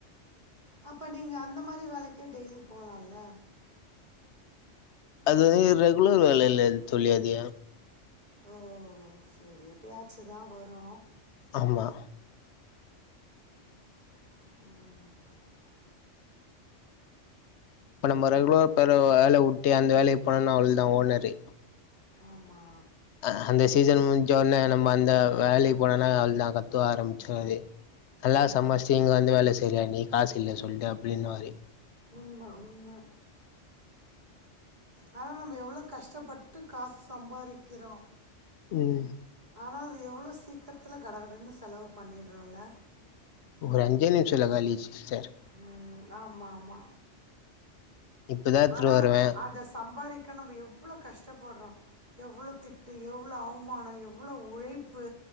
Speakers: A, on the right (about 40°); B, on the left (about 70°).
A: அப்ப நீங்க அந்த மாரி வேலக்கே டெய்லி போலால்ல
B: அது வந்து ரெகுலர் வேல இல்ல தோழி அது
A: ஓ சரி எப்பயாச்சுதா வரு
B: ஆமா
A: ம்
B: இப்ப நம்ப ரெகுலர் போற வேல உட்டு அந்த வேலைக்கு போனன்னா அவ்ளோ தா ஓனரு
A: ஆமா
B: அ ஹா அந்த சீசன் முஞ்ச ஒன்ன நம்ம அந்த வேலைக்கு போனோம்ன்னா அவ்ளோ தாக்கா த்து ஆரம்பிச்சுருவாரு நல்லா
A: ஆமாம்
B: சம்பாச்ட்டு
A: ஆமாம்
B: இங்க வந்து வேல செய்ரியா நீ காசு இல்லன் சொல்ட்டு அப்டின் வாரு
A: உண்ம உண்ம ஆனா நம்ப எவ்ளோ கஷ்டப்பட்டு காஸ் சம்பாரிக்கிறோ
B: ம்
A: ஆனா அது எவ்ளோ சீக்கர்த்துல கட கடனு செலவு பண்ணிட்றோல்ல
B: ஒரு அஞ்சே நிமிஷத்ல காலியாயிச்சி சிஸ்டர்
A: ம் ஆமா ஆமா
B: இப்பதா எத்துட்டு
A: ஆனா
B: வருவே
A: அத சம்பாரிக் க்க நம்ம எவ்ளோ கஷ்டப்பட்றோ எவ்ளோ திட்டு எவ்ளோ அவ்மானோ எவ்ளோ உழைப்பு